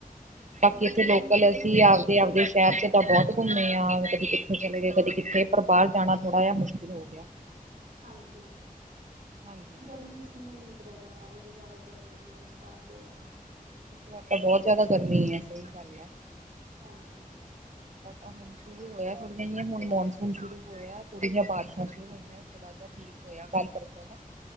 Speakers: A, on the right; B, on the right.
A: ਬਾਕੀ
B: ਹਾਂਜੀ
A: ਇੱਥੇ
B: ਗਰਮੀ
A: ਲੋਕਲ
B: ਵੀ
A: ਅਸੀਂ
B: ਹੈ ਨਾ ਫਿਰ
A: ਆਪਦੇ-ਆਪਦੇ ਸੈ਼ਰ ਚ ਤਾਂ ਬੌਤ ਘੁੰਮੇ ਆ ਕਦੀ ਕਿੱਥੇ ਚਲੇ ਗਏ ਕਦੀ ਕਿੱਥੇ ਪਰ ਬਾਰ ਜਾਣਾ ਥੋੜਾ ਜਾ ਮੁਸ਼ਕਿਲ ਹੋ ਗਿਆ।
B: ਹਾਂਜੀ,
A: ਹਾਂਜੀ ਹਾਂਜੀ।
B: ਗਰਮੀ ਚ ਨਹੀਂ ਨਿ ਚਲਾ ਜਾਂਦਾ ਬੜੀ ਜਾਦਾ ਗਰਮੀ ਏ ਇਸ ਵਾਰ ਤੇ।
A: ਤੁਸਾਂ ਤੇ ਬੌਤ ਜਾਦਾ ਗਰਮੀ ਏ, ਸਹੀ ਗੱਲ ਐ।
B: ਹਾਂਜੀ।
A: <unintelligible> ਹੁਣ ਸ਼ੁਰੂ ਹੋਇਆ, ਥੋੜੀ ਜਹੀਆਂ ਹੁਣ ਮੌਨਸੂਨ ਸ਼ੁਰੂ ਹੋਇਆ ਥੋੜੀ ਜੀਆ ਬਾਰਸ਼ਾਂ ਸ਼ੁਰੂ ਹੋਈਆਂ ਥੋੜਾ ਠੀਕ ਹੋਇਆ ਕੱਲ ਪਰਸੋ ਦਾ,